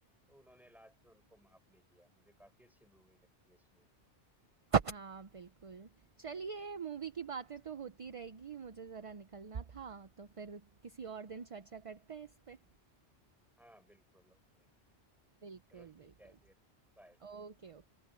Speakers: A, in the centre; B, on the right.
A: तो उन्होंने लास्ट में उनको माफ नहीं किया मुझे काफी अच्छी मूवी लगती है इसमें
B: हाँ, बिल्कुल। चलिए मूवी की बातें तो होती रहेगी, मुझे ज़रा निकलना था, तो फिर किसी और दिन चर्चा करते हैं इस पे।
A: हाँ बिल्कुल ओके
B: बिल्कुल,
A: चलो ठीक
B: बिल्कुल।
A: है फिर बाय
B: Okay, okay.